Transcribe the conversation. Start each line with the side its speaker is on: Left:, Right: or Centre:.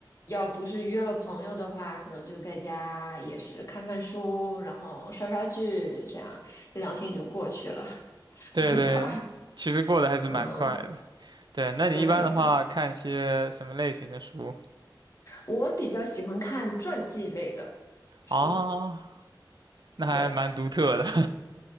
Left: 要不是约了朋友的话，可能就在家也是看看书，然后刷刷剧，这样一两天就过去了，<laughs>
Right: 对对，
Left: 就很快。
Right: 其实过得还是蛮快的。
Left: 嗯，
Right: 对，那你一般的话看些什么类型的书
Left: 对对，我比较喜欢看传记类的书，
Right: 啊 <laughs>？那还蛮独特的
Left: 对。